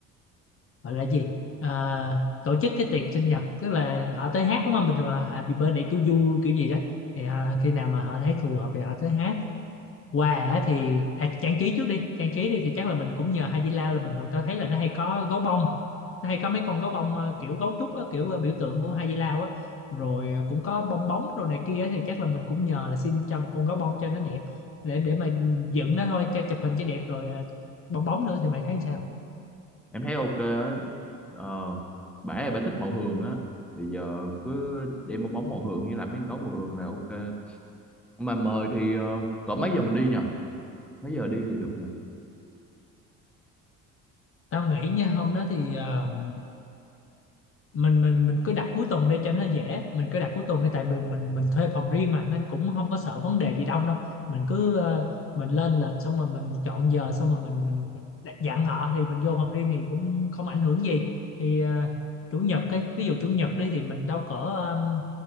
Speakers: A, on the left (about 45°); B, in the centre.
A: gọi là gì à, tổ chức cái tiệc sinh nhật tức là họ tới hát đúng không bình thường là happy birthday to you kiểu gì đó thì à, khi nào mà họ thấy phù hợp thì họ tới hát quà á thì à, trang trí trước đi trang trí đi thì chắc là mình cũng nhờ Hai Di Lao là bình thường tao thấy là nó hay có gấu bông nó hay có mấy con gấu bông ờ, kiểu gấu trúc á, kiểu ờ, biểu tượng của Hai Di Lao á rồi ờ, cũng có bong bóng đồ này kia á, thì chắc là mình cũng nhờ là xin cho một con gấu bông cho nó đẹp để để mà dựng nó thôi cho chụp hình cho đẹp rồi ờ, bong bóng nữa thì mày thấy sao
B: em thấy ok á ờ, bả là bả thích màu hường á thì giờ cứ đem bong bóng màu hường với lại mấy con gấu màu hường là ok mà mời thì ờ, cỡ mấy giờ mình đi nhờ mấy giờ đi thì được nhờ
A: tao nghĩ nha hôm đó thì ờ, mình mình mình cứ đặt cuối tuần đi cho nó dễ mình cứ đặt cuối tuần đi tại vì mình mình thuê phòng riêng mà nên cũng không có sợ vấn đề gì đông đâu mình cứ ờ, mình lên lịch xong rồi mình chọn giờ xong rồi mình mình mình dặn họ thì mình vô phòng riêng thì cũng không ảnh hưởng gì thì ờ, chủ nhật cái ví dụ chủ nhật đi thì mình đâu cỡ um,